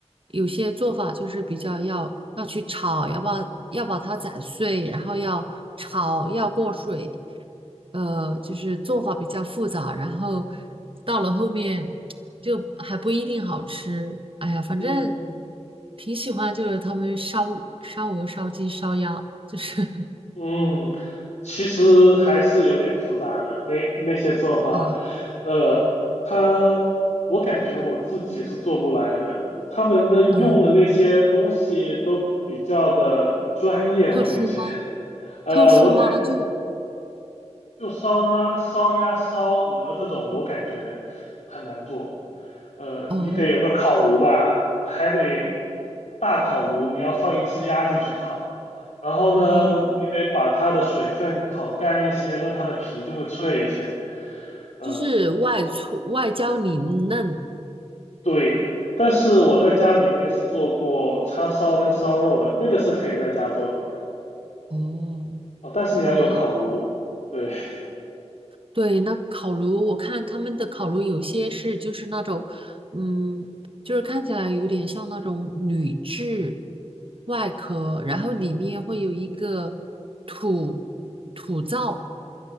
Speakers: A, on the right (about 50°); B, on the left (about 80°).
A: 有些做法就是比较要要去炒，要把要把它砸碎，然后要炒，要过水，呃，就是做法比较复杂，然后到了后面就还不一定好吃。哎呀，反正
B: 嗯，
A: 挺喜欢，就是他们烧烧鹅、烧鸡、烧鸭，就是
B: 嗯，其实还是有点复杂的，那那些做法，
A: 啊，
B: 呃，他，我感觉我自己是做不来的，他们的用的那些东西都比较的专业，
A: 哦，
B: 我感觉，
A: 特殊吗？
B: 呃，
A: 特殊吗？
B: 我感
A: 就
B: 就烧鸭、烧鸭、烧鹅这种，我感觉很难做。呃，
A: 哦
B: 你得有个烤炉吧，还得大烤炉，你要放一只鸭进去烤。然后呢，
A: 哦，
B: 你得把它的水分烤干一些，那它的皮就会脆一些。嗯，
A: 就是外粗外焦里嫩。
B: 对。但是我在家里面是做过叉烧跟烧肉的，那个是可以在家做的，
A: 哦，
B: 哦，但是你要有烤炉。
A: 哇，
B: 对，
A: 对，那烤炉，我看他们的烤炉有些是就是那种，嗯，就是看起来有点像那种铝制外壳，然后里面会有一个土土灶，